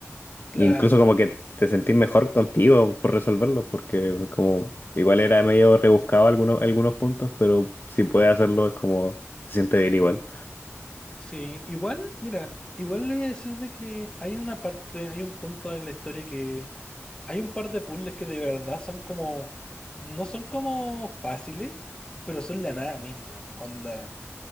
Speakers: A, on the left; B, on the left.
A: claro.
B: y incluso como que te sentís mejor contigo por resolverlo, porque como igual era medio rebuscado algunos, algunos puntos, pero si puedes hacerlo es como se siente bien igual.
A: Sí, igual, mira, igual le voy a decir de que hay una parte, hay un punto en la historia que Hay un par de puzzles que de verdad son como, no son como fáciles, pero son la nada misma. Onda,